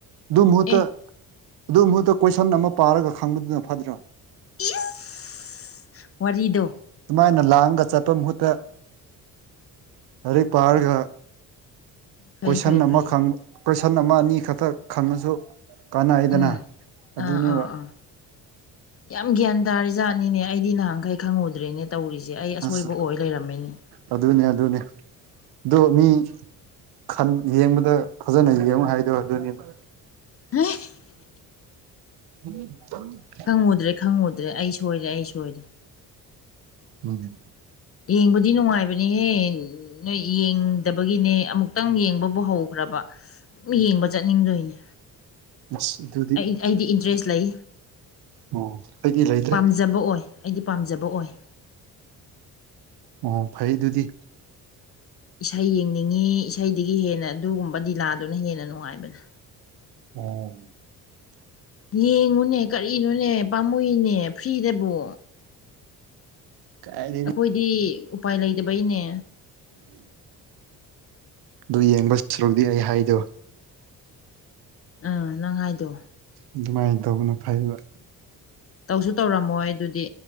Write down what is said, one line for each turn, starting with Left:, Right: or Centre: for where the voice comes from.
Right: ꯑꯗꯨ ꯃꯍꯨꯠꯇ
Left: ꯑꯦ
Right: ꯑꯗꯨ ꯃꯍꯨꯠꯇ ꯀꯣꯏꯁꯟ ꯑꯃ ꯄꯥꯔꯒ ꯈꯪꯕꯗꯨꯅ ꯐꯗ꯭ꯔꯣ
Left: ꯏꯖꯁ ꯋꯥꯔꯤꯗꯣ
Right: ꯑꯗꯨꯨꯃꯥꯏꯅ ꯂꯥꯡꯒ ꯆꯠꯄ ꯃꯍꯨꯠꯇ ꯂꯥꯏꯔꯤꯛ ꯄꯥꯔꯒ
Left: ꯐꯩ
Right: ꯀꯣꯏꯁꯟ
Left: ꯐꯩ
Right: ꯑꯃ
Left: ꯐꯩ
Right: ꯈꯪ
Left: ꯐꯩ
Right: ꯀꯣꯏꯁꯟ ꯑꯃ ꯑꯅꯤꯈꯛꯇ ꯈꯪꯉꯁꯨ ꯀꯥꯟꯅꯩꯗꯅꯥ
Left: ꯎꯝ
Right: ꯑꯗꯨꯅꯦꯕ
Left: ꯑꯥ ꯑꯥ ꯑꯥ ꯌꯥꯝ ꯒ꯭ꯌꯥꯟ ꯇꯥꯔꯤ ꯖꯥꯠꯅꯤꯅꯦ ꯑꯩꯗꯤ ꯅꯍꯥꯟꯈꯩ ꯈꯪꯉꯨꯗ꯭ꯔꯦꯅꯦ ꯇꯧꯔꯤꯁꯦ ꯑꯩ ꯑꯁꯣꯏꯕ
Right: ꯑꯁ
Left: ꯑꯣꯏ ꯂꯩꯔꯝꯃꯦꯅꯦ
Right: ꯑꯗꯨꯅꯦ ꯑꯗꯨꯅꯦ ꯑꯗꯣ ꯃꯤ ꯈꯟ ꯌꯦꯡꯕꯗ ꯐꯖꯅ ꯌꯦꯡꯉꯨ ꯍꯥꯏꯗꯣ ꯑꯗꯨꯅꯤꯕ
Left: <unintelligible>
Right: <unintelligible>
Left: ꯈꯪꯉꯨꯗ꯭ꯔꯦ ꯈꯪꯉꯨꯗ꯭ꯔꯦ ꯑꯩ ꯁꯣꯏꯔꯦ ꯑꯩ ꯁꯣꯏꯔꯦ
Right: ꯎꯝ
Left: ꯌꯦꯡꯕꯗꯤ ꯅꯨꯡꯉꯥꯏꯕꯅꯤꯍꯦ ꯅꯣꯏ ꯌꯦꯡꯗꯕꯒꯤꯅꯦ ꯑꯃꯨꯛꯇꯪ ꯌꯦꯡꯕꯕꯨ ꯍꯧꯈ꯭ꯔꯕ ꯌꯦꯡꯕ ꯆꯠꯅꯤꯡꯗꯣꯏꯅꯦ
Right: ꯏꯁ ꯑꯗꯨ
Left: ꯑꯩ ꯑꯩꯗꯤ ꯏꯟꯇ꯭ꯔꯦꯁ ꯂꯩ
Right: ꯑꯣ ꯑꯩꯗꯤ ꯂꯩꯇ꯭ꯔꯦ
Left: ꯄꯥꯝꯖꯕ ꯑꯣꯏ ꯑꯩꯗꯤ ꯄꯥꯝꯖꯕ ꯑꯣꯏ
Right: ꯑꯣ ꯐꯩ ꯑꯗꯨꯗꯤ
Left: ꯏꯁꯩ ꯌꯦꯡꯅꯤꯡꯉꯤ ꯏꯁꯩꯗꯒꯤ ꯍꯦꯟꯅ ꯑꯗꯨꯒꯨꯝꯕ ꯗꯤꯂꯥꯗꯨꯅ ꯍꯦꯟꯅ ꯅꯨꯡꯉꯥꯏꯕꯅꯦ
Right: <unintelligible>
Left: ꯌꯦꯡꯉꯨꯅꯦ ꯀꯔꯤꯅꯣꯅꯦ ꯄꯥꯝꯃꯨꯏꯅꯦ ꯐ꯭ꯔꯤꯗꯕꯨ
Right: ꯀꯥꯏꯗꯩꯅꯤ
Left: ꯑꯩꯈꯣꯏꯗꯤ ꯎꯄꯥꯏ ꯂꯩꯇꯕꯩꯅꯦ
Right: ꯑꯗꯨ ꯌꯦꯡꯕ ꯁꯔꯨꯛꯗꯤ ꯑꯩ ꯍꯥꯏꯗꯣ
Left: ꯑꯥ ꯅꯪ ꯍꯥꯏꯗꯣ
Right: ꯑꯗꯨꯃꯥꯏꯅ ꯇꯧꯕꯅ ꯐꯩꯕ
Left: ꯇꯧꯁꯨ ꯇꯧꯔꯝꯃꯣꯏ ꯑꯗꯨꯗꯤ